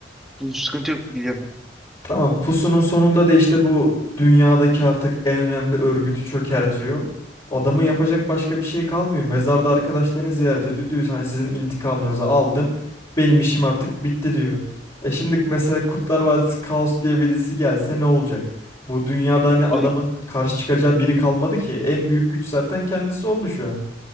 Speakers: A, in the centre; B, on the left.
A: Sıkıntı yok biliyorum.
B: Tamam Pusu'nun sonunda da işte bu dünyadaki artık en önemli örgütü çökertiyor. Adamın yapacak başka bir şey kalmıyor.
A: ben. Hı,
B: Mezarda arkadaşlarını ziyaret ediyor. Diyor hani sizin intikamınızı aldım. Benim
A: hı,
B: işim artık bitti diyor. E şimdi mesela Kurtlar Vadisi Kaos diye birisi gelse ne olacak? Bu dünyada hani adamın
A: hı.
B: karşı çıkacağı biri kalmadı ki. En büyük güç zaten kendisi oldu şu an.